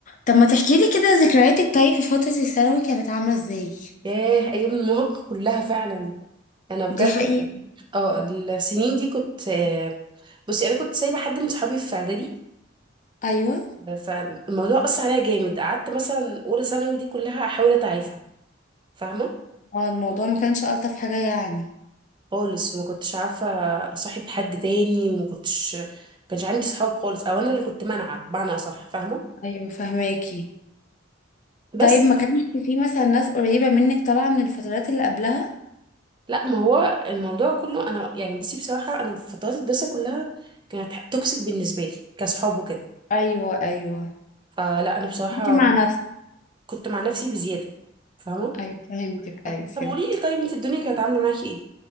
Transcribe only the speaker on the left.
طب ما تحكي لي كده ذكرياتك طيب في فترة الثانوي كانت عاملة ازاي
دي حقيقة
ايوه
اه الموضوع ما كانش الطف حاجة يعني
ايوه فهماكي طيب
ما كانش في مثلا ناس قريبة منك طالعة من الفترات اللي قبلها
ايوه ايوه
كنت مع نفسك
ايوه فهمتك
ايوه فهمت